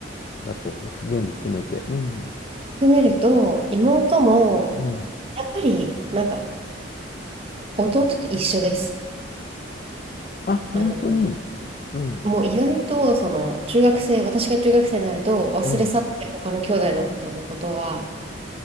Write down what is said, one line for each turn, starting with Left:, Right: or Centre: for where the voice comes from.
Left: だと、全部含めて。うん。
Right: 含めると、妹も、
Left: うん。
Right: やっぱり、なんか、弟と一緒です。
Left: あ、本当に。
Right: あの、
Left: うん。
Right: もう意外と、その、中学生、私が中学生になると、忘れ去って他の兄弟のことのことは、
Left: うん。